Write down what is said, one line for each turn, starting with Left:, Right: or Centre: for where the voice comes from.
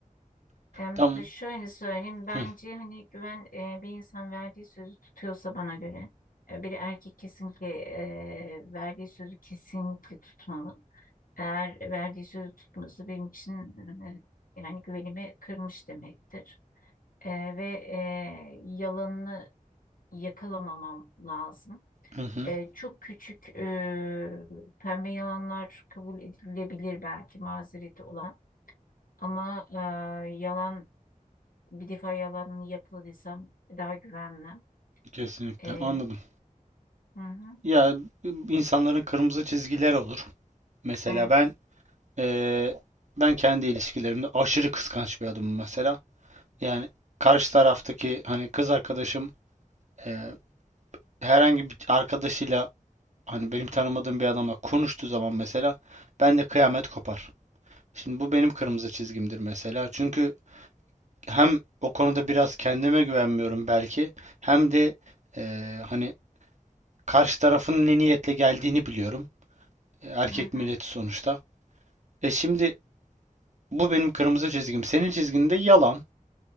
Left: Em,
Right: Tamam.
Left: ve şöyle söyleyeyim bence
Right: Hı
Left: hani güven e, bir insan verdiği sözü tutuyorsa bana göre e, bir erkek kesinlikle e, verdiği sözü kesinlikle tutmalı. Eğer verdiği sözü tutmuyorsa benim için e, yani güvenimi kırmış demektir. E, ve e, yalanını yakalamamam lazım.
Right: hı. hı.
Left: E, çok küçük e, pembe yalanlar kabul edilebilir belki mazereti olan. Ama e, yalan bir defa yalanını yakaladıysam daha güvenmem.
Right: Kesinlikle
Left: Ee,
Right: anladım.
Left: hı hı,
Right: Ya insanların kırmızı çizgiler olur. Mesela
Left: evet.
Right: ben eee, ben kendi ilişkilerimde aşırı kıskanç bir adamım mesela. Yani karşı taraftaki hani kız arkadaşım eee, herhangi bir arkadaşıyla hani benim tanımadığım bir adamla konuştuğu zaman mesela ben de kıyamet kopar. Şimdi bu benim kırmızı çizgimdir mesela. Çünkü hem o konuda biraz kendime güvenmiyorum belki hem de eee, hani karşı tarafın ne niyetle geldiğini biliyorum. Erkek
Left: Hı hı,
Right: milleti sonuçta. E şimdi Bu benim kırmızı çizgim. Senin çizginde yalan.